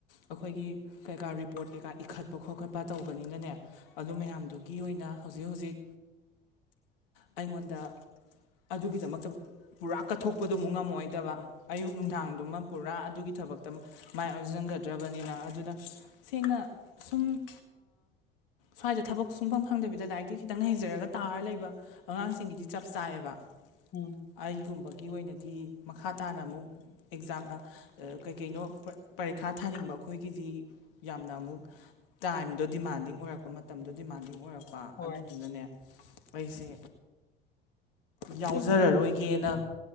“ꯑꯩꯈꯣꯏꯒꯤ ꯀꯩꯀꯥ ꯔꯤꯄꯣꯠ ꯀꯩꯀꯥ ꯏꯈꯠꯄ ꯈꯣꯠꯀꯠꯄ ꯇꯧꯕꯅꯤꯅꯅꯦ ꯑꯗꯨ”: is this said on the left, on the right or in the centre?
Left